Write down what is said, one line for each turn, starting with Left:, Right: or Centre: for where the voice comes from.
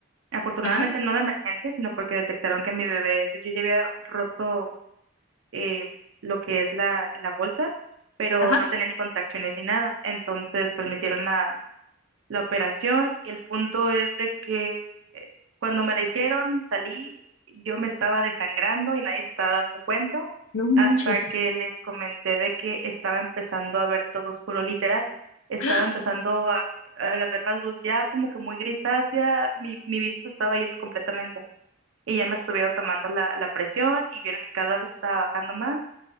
Right: Afortunadamente
Left: ajá,
Right: no de emergencia, sino porque detectaron que mi bebé, pues, yo ya había roto eh, lo que es la, la bolsa, pero
Left: ajá,
Right: no tenía ni contracciones ni nada. Entonces, pues me hicieron la, la operación y el punto es de que eh, cuando me la hicieron, salí, yo me estaba desangrando y nadie se estaba dando cuenta
Left: no manches.
Right: hasta que les comenté de que estaba empezando a ver todo oscuro, literal. Estaba
Left: ¡Ah!
Right: empezando a, a ver la luz ya como que muy grisácea, mi, mi vista se estaba yendo completamente y ya me estuvieron tomando la, la presión y vieron que cada vez estaba bajando más